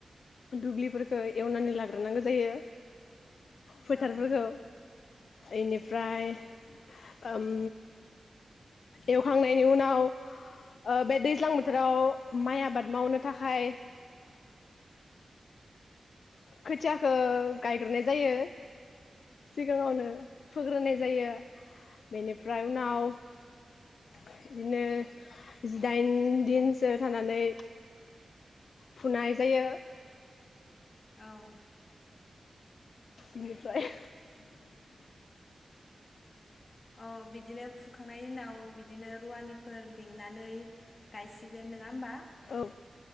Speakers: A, on the left; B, on the left.
A: दुब्लिफोरखौ एवनानै लाग्रोनांगौ जायो। फोथारफोरखौ
B: औ
A: इनिफ्राय ओम एवखांनायनि उनाव ओ बे दैज्लां बोथोराव माइ आबाद मावनो थाखाय खोथियाखो गायग्रोनाय जायो सिगाङावनो फोग्रोनाय जायो। बेनिफ्राय उनाव
B: औ
A: बिदिनो जिदाइन दिनसो थानानै फुनाय जायो।
B: औ
A: बिनिफ्राय
B: अ बिदिनो फु फुखांनायनि दिनाव बिदिनो रुवानि फोर लिंनानै गायसिगोन। नङा होमबा
A: औ